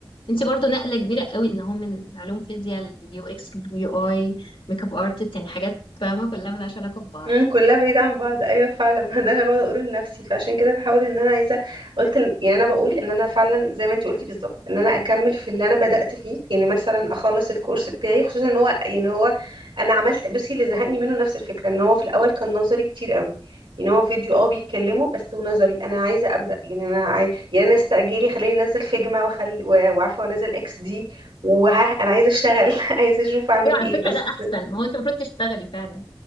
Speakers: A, on the left; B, on the right.
A: انت برضو نقلة كبيرة قوي ان هو من علوم فيزياء اليو اكس اليو اي ميك اب ارتست يعني حاجات فاهمة كلها ملهاش علاقة ببعض
B: امم كلها بعيدة عن بعض ايوه فعلا <laughs> ما ده انا بقعد اقوله لنفسي فعشان كده بحاول ان انا عايزة قلت إن- يعني انا بقول ان انا فعلا زي ما انت قلتي بالظبط ان انا اكمل في اللي انا بدأت فيه يعني مثلا اخلص الكورس بتاعي خصوصا ان هو يعني هو انا عملت بصي اللي زهقني منه نفس الفكرة ان هو في الاول كان نظري كتير قوي يعني هو فيديو اه بيتكلموا بس ونظري انا عايزة ابدأ يعني انا عاي... يعني انا استعجالي خليني انزل فيجما وخل... و- وعارفة وانزل اكس دي وها انا عايزة اشتغل <laughs> عايزة اشوف اعمل
A: يعني
B: ايه
A: على فكرة
B: بس
A: ده احسن ما هو انت المفروض تشتغلي فعلا